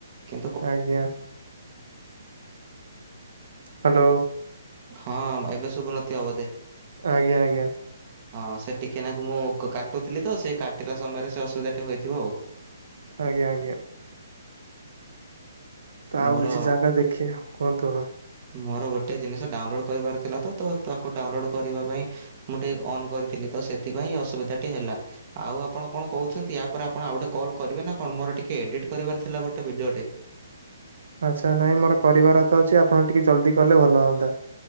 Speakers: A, on the right; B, on the right.
A: କିନ୍ତୁ
B: ଆଜ୍ଞା। ହ୍ୟାଲୋ।
A: ହଁ ଏବେ ସୁବୁ ନଥିବ ବୋଧେ?
B: ଆଜ୍ଞା ଆଜ୍ଞା।
A: ହଁ ସେ ଟିକିଏନାକୁ ମୁଁ କାଟୁଥିଲି ତ ସେଇ କାଟିଲା ସମୟରେ ସେ ଅସୁବିଧାଟି ହୋଇଥିବ ଆଉ।
B: ଆଜ୍ଞା ଆଜ୍ଞା। ତ ଆଉ
A: ମୋର
B: କିଛି ଜାଗା ଦେଖିବା କୁହନ୍ତୁ ହଁ।
A: ମୋର ଗୋଟଏ ଜିନିଷ ଡାଉନଲୋଡ଼୍ କରିବାର ଥିଲା ତ ତ ତାକୁ ଡାଉନଲୋଡ଼୍ କରିବା ପାଇଁ ମୁଁ ଟିକିଏ ଅନ୍ କରିଥିଲି ତ ସେଥିପାଇଁ ଅସୁବିଧାଟି ହେଲା। ଆଉ ଆପଣ କଣ କହୁଛନ୍ତି ୟା ପରେ ଆପଣ ଆଉଗୋଟେ କଲ କରିବେ ନା କଣ ମୋର ଟିକେ ଏଡିଟ୍ କରିବାର ଥିଲା ଗୋଟେ ଭିଡିଓଟେ।
B: ଆଚ୍ଛା ନାହିଁ ମୋର କରିବାର ତ ଅଛି ଆପଣ ଟିକିଏ ଜଲ୍ଦି କଲେ ଭଲ ହୁଅନ୍ତା।